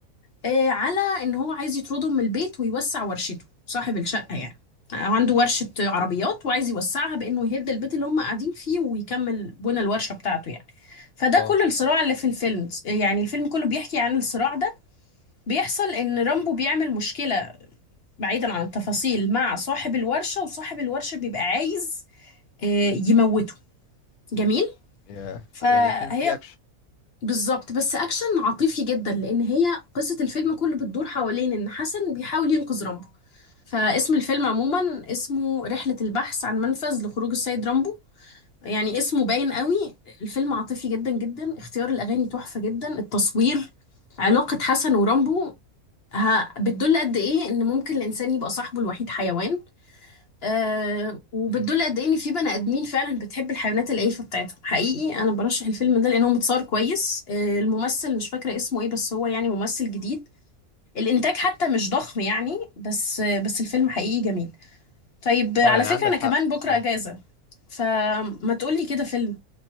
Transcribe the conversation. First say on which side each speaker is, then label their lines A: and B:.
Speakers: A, on the left (about 50°); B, on the left (about 80°).
A: آه، على ان هو عايز يطردهم من البيت ويوسع ورشته صاحب الشقه يعني هو عنده ورشه عربيات وعايز يوسعها بانه يهد البيت اللي هم قاعدين فيه ويكمل بنى الورشه بتاعته يعني فده
B: اه
A: كل الصراع اللي في الفيلم يعني الفيلم كله بيحكي عن الصراع ده بيحصل ان رامبو بيعمل مشكله بعيدا عن التفاصيل مع صاحب الورشه وصاحب الورشه بيبقى عايز آه، يموته جميل
B: يا-
A: فهي
B: يعني فيلم فيه اكشن
A: بالظبط بس اكشن عاطفي جدا لان هي قصه الفيلم كله بتدور حوالين ان حسن بيحاول ينقذ رامبو فاسم الفيلم عموما اسمه رحلة البحث عن منفذ لخروج السيد رامبو يعني اسمه باين قوي الفيلم عاطفي جدا جدا اختيار الأغاني تحفة جدا التصوير علاقة حسن ورامبو ها بتدل قد ايه ان ممكن الانسان يبقى صاحبه الوحيد حيوان آه وبتدل
B: مم.
A: قد ايه ان في بني ادمين فعلا بتحب الحيوانات الاليفه بتاعتهم حقيقي انا برشح الفيلم ده لانه متصور كويس آه الممثل مش فاكره اسمه ايه بس هو يعني ممثل جديد الانتاج حتى مش ضخم يعني بس آه بس الفيلم حقيقي جميل طيب على
B: اه يعني
A: فكرة
B: عندك
A: أنا كمان
B: حق
A: بكرة
B: اه
A: أجازة فما تقولي كده فيلم